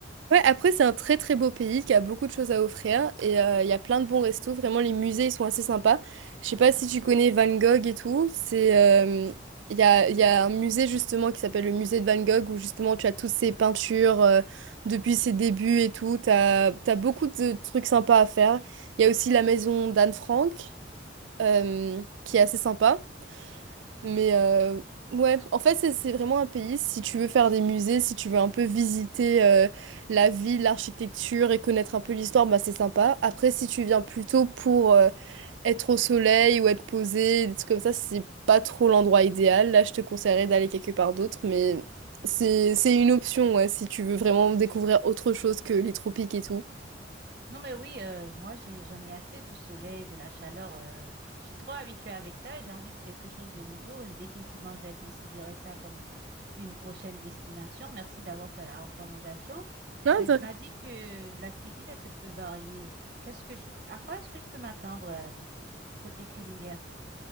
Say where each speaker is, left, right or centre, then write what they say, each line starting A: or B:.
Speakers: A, on the right; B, on the right.
A: Ouais, après, c'est un très très beau pays qui a beaucoup de choses à offrir et euh, il y a plein de bons restos. Vraiment, les musées ils sont assez sympas. Je sais pas si tu connais Van Gogh et tout. C'est, euh, il y a, il y a un musée justement qui s'appelle le musée de Van Gogh où justement tu as toutes ses peintures euh, depuis ses débuts et tout. T'as, t'as beaucoup de trucs sympas à faire. Il y a aussi la maison d'Anne Frank euh, qui est assez sympa. Mais euh, ouais, en fait, c'est c'est vraiment un pays, si tu veux faire des musées, si tu veux un peu visiter euh, la ville, l'architecture et connaître un peu l'histoire, bah c'est sympa. Après, si tu viens plutôt pour euh, être au soleil ou être posé, des trucs comme ça, c'est pas trop l'endroit idéal. Là, je te conseillerais d'aller quelque part d'autre, mais c'est c'est une option, ouais, si tu veux vraiment découvrir autre chose que les tropiques et tout.
B: Non, mais oui, euh, moi, j'ai, j'en ai assez du soleil, de la chaleur. euh, je suis trop habituée avec ça. J'ai envie de quelque chose de nouveau. Définitivement, je vais considérer ça comme une prochaine destination. Merci d'avoir fait la recommandation.
A: Non,
B: Mais tu m'as dit que la cuisine, elle te peut varier. Qu'est-ce que je, à quoi est-ce que je peux m'attendre euh, côté culinaire?